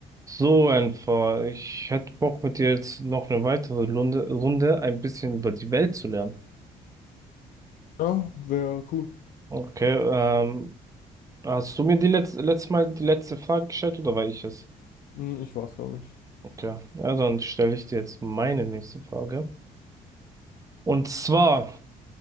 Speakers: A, on the right; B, on the left.
A: So einfach. Ich hätte Bock mit dir jetzt noch eine weitere Runde, Runde ein bisschen über die Welt zu lernen.
B: Ja, wäre cool.
A: Okay, ähm, hast du mir die letzte, letztes Mal die letzte Frage gestellt oder war ich es?
B: Hm, Ich war's, glaube ich.
A: Okay, ja, dann stelle ich dir jetzt meine nächste Frage. Und zwar,